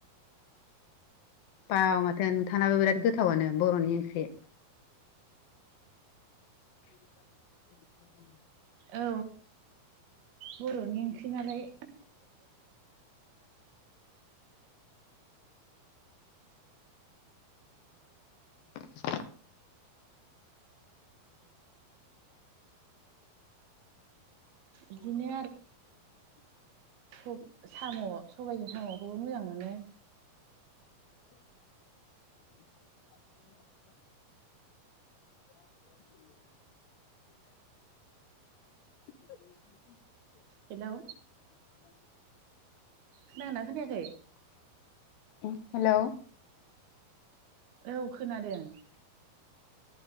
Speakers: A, on the left; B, on the right.
A: बाव माथो नोंथांनाबो बिराद गोथावनो बर'नि ओंख्रि। <inaudible> <inaudible>
B: औ बर'नि ओंख्रि नालाय
A: <inaudible> <inaudible>
B: बिदिनो स' साम' सबायजों साम'खौबो मोजां मोनो।
A: <inaudible> <inaudible> <inaudible>
B: हेलौ।
A: <inaudible>
B: खोनादोंना खोनायाखै।
A: ओम हेलौ।
B: औ खोनादों।